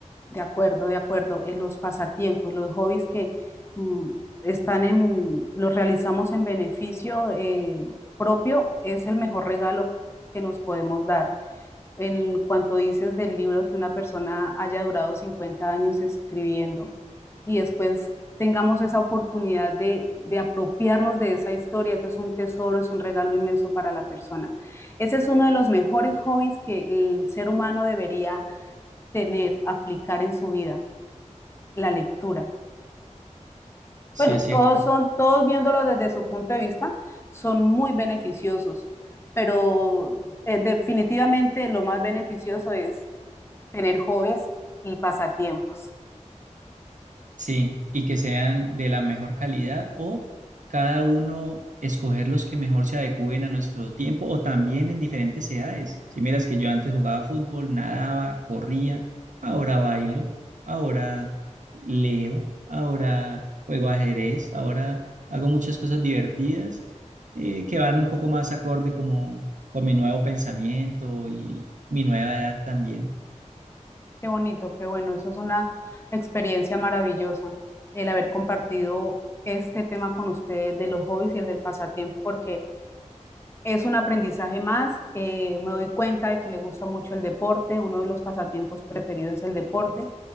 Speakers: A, on the left; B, on the right.
A: De acuerdo, de acuerdo. En los pasatiempos, los hobbies que mm, están en, los realizamos en beneficio eh, propio, es el mejor regalo que nos podemos dar. En cuanto dices del libro que una persona haya durado 50 años escribiendo y después tengamos esa oportunidad de, de apropiarnos de esa historia, eso es un tesoro, es un regalo inmenso para la persona. Ese es uno de los mejores hobbies que el ser humano debería tener, aplicar en su vida la lectura.
B: Si
A: Bueno,
B: es cierto.
A: todos son, todos viéndolo desde su punto de vista, son muy beneficiosos, pero eh, definitivamente lo más beneficioso es tener hobbies y pasatiempos.
B: Sí, y que sean de la mejor calidad o cada uno escoger los que mejor se adecúen a nuestro tiempo o también en diferentes edades. Si miras que yo antes jugaba fútbol, nadaba, corría, ahora bailo, ahora leo, ahora juego ajedrez, ahora hago muchas cosas divertidas eh, que van un poco más acorde como con mi nuevo pensamiento y mi nueva edad también.
A: Qué bonito, qué bueno, eso es una experiencia maravillosa, el haber compartido este tema con ustedes de los hobbies y el del pasatiempo, porque Es un aprendizaje más. eh, me doy cuenta de que le gusta mucho el deporte. Uno de los pasatiempos preferidos es el deporte.